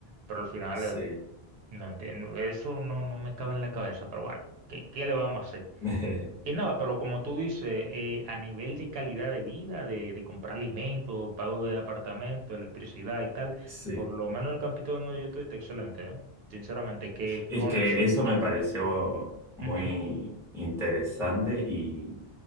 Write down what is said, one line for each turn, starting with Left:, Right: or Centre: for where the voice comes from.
Right: Pero al final,
Centre: sí,
Right: no entiendo, eso no, no me cabe en la cabeza, pero bueno, ¿qué, qué le vamos a hacer?
Centre: <laughs>
Right: Y nada, pero como tú dices, eh, a nivel de calidad de vida, de, de comprar alimentos, pago de apartamento, electricidad y tal,
Centre: sí.
Right: por lo menos el campito donde yo estoy está excelente, ¿eh? Sinceramente, que
Centre: Es
Right: con
Centre: que
Right: el sueldo...
Centre: eso me
Right: eh,
Centre: pareció muy
Right: ujú,
Centre: interesante y,